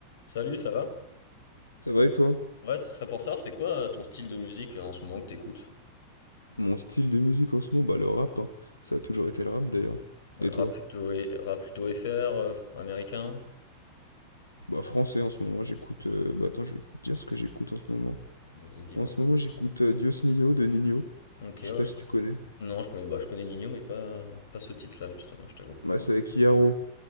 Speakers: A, on the left; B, on the left.
A: Salut, ça va?
B: Ça va et toi?
A: Ouais, ce serait pour ça. c'est quoi euh, ton style de musique euh, en ce moment que t'écoutes?
B: Mon style de musique en ce moment, bah le rap, hein. Ça a toujours été le rap d'ailleurs.
A: Ouais,
B: Et
A: Rap
B: toi?
A: plutôt, et- rap plutôt FR, euh, américain?
B: Bah français en ce moment, j'écoute... euh, Bah attends, je vais te dire ce que j'écoute en ce moment.
A: Vas-y, dis-moi.
B: En ce moment, j'écoute euh, Dios Mio de Nino.
A: Ok,
B: Je
A: ouais,
B: sais pas
A: je...
B: si tu connais.
A: Non, je connais, bah, je connais Nino, mais pas, pas ce titre-là, justement, je t'avoue.
B: Bah c'est avec Yaro.